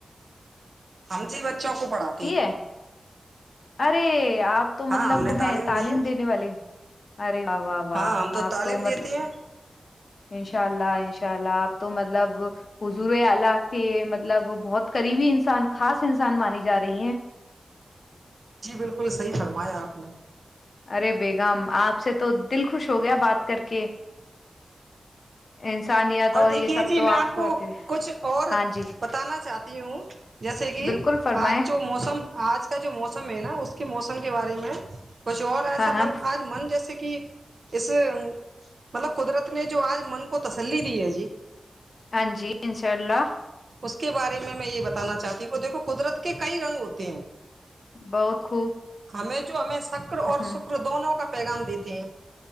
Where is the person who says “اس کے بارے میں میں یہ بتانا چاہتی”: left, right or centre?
Right